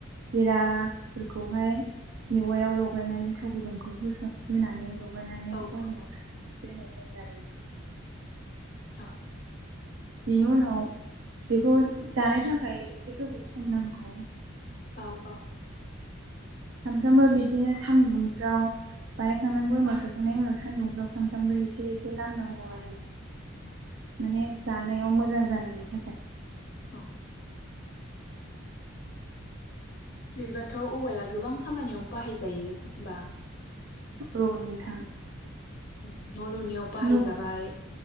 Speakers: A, on the right; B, on the left.
A: जिराफोरखौहाय मेवायाव लगायनानै थाव गुदुंखौ होसन होनानै ल माबानानै
B: औ
A: बयामाव सोनानै दोनाय जायो आरो
B: औ
A: बेनि उनाव बेखौ जानो थाखाय एसे गोबाव सम नांगौ।
B: औ औ
A: सामफ्रामबो बिदिनो सान्दुंफ्राव बानायखांनानै बयामाव सोखांनायनि उनाव सान्दुंफ्राव सामफ्रामबो एसे एसे लामनांगौ आरो माने जानायाव मोजां जानायनि थाखाय।
B: अम बिदिबा थ' औवाया गोबां खामानियाव बाहाय जायो होमबा।
A: औ नोंथां
B: उम न' लुनायाव बाहायजाबाय
A: न'